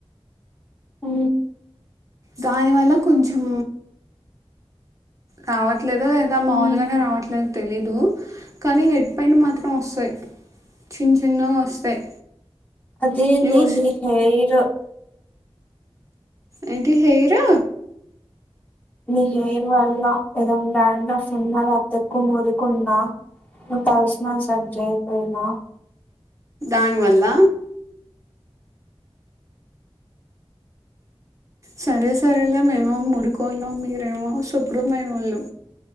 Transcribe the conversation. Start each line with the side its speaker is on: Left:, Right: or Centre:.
Left: అ
Right: దాని వల్ల కొంచం రావట్లేదు లేదా మాములుగానే
Left: హ్మ్
Right: రావట్లేదు తెలీదు కానీ హెడ్ పెయింట్ మాత్రం వస్తాయి చిన్న చిన్నగా వస్తాయి
Left: అదే
Right: యూస్
Left: దేంతో చెప్తాను ఎరో
Right: ఏంటి హైరు
Left: నీ హెయిర్ వల్ల ఏదన్నా డండ్రాఫ్ ఉన్న అతెక్కు మురుకున్నా నువ్ తల్కిసానం సరిగా చేయకపోయిన
Right: దాని వల్ల సరే సరేలేమేమో మురికొల్లం మీరేమో శుభ్రమైన వాళ్ళు